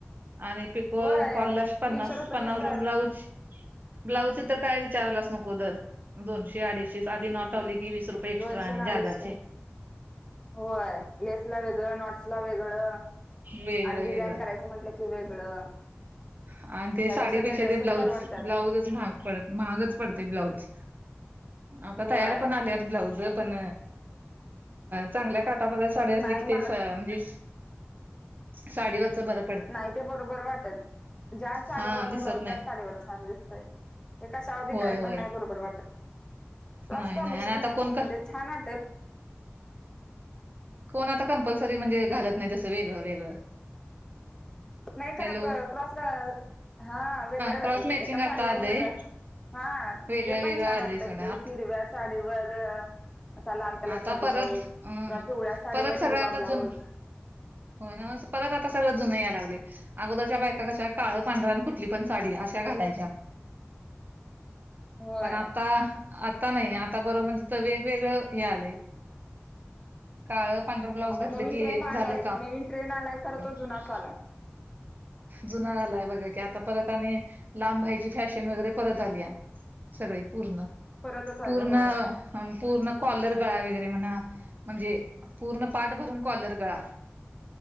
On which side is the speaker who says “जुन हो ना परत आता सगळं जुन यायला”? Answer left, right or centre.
Right